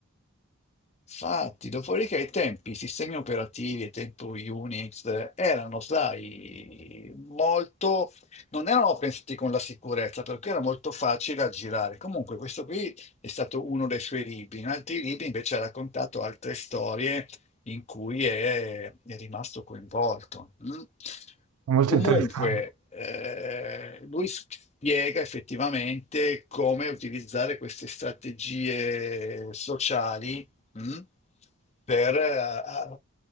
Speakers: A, on the left; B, on the right.
A: Infatti, dopodiché i tempi, i sistemi operativi e tempo Unix eh, erano, sai, molto, non erano pensati con la sicurezza perché era molto facile aggirare. Comunque, questo qui è stato uno dei suoi libri. In altri libri invece ha raccontato altre storie in cui è, è rimasto coinvolto. mm.
B: <laughs> Molto
A: Comunque,
B: interessante.
A: eh, lui spiega effettivamente come utilizzare queste strategie sociali mm? per, eh,